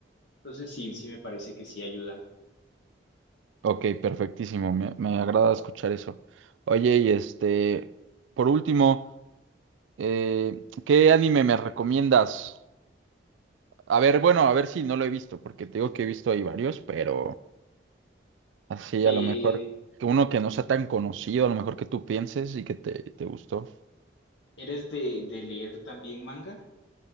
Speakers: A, on the left (about 75°); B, on the right (about 85°).
A: Entonces sí, sí me parece que sí ayudan.
B: ok, perfectísimo. Me, me agrada escuchar eso. Oye, y este, por último, eh, ¿qué anime me recomiendas? A ver, bueno, a ver si no lo he visto, porque te digo que he visto ahí varios, pero así
A: Eh,
B: a lo mejor que uno que no sea tan conocido, a lo mejor que tú pienses y que te, te gustó.
A: ¿Eres de, de leer también manga?